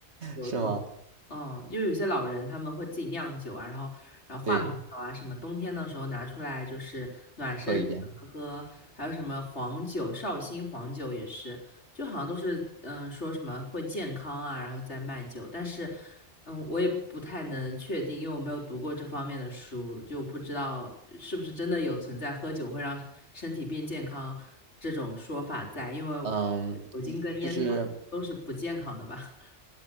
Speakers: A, on the left; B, on the right.
A: 流动。
B: <laughs> 是吗？
A: 嗯，就有些老人他们会自己酿酒啊，然后然后话梅酒啊，
B: 对，
A: 什么冬天的时候拿出来就是暖身子喝喝，
B: 喝一点。
A: 还有什么黄酒、绍兴黄酒也是，就好像都是嗯说什么会健康啊，然后再卖酒，但是嗯我也不太能确定，因为我没有读过这方面的书，就不知道是不是真的有存在喝酒会让身体变健康这种说法在，因为
B: 嗯，
A: 酒精跟烟草都是不健康的吧。
B: 一就是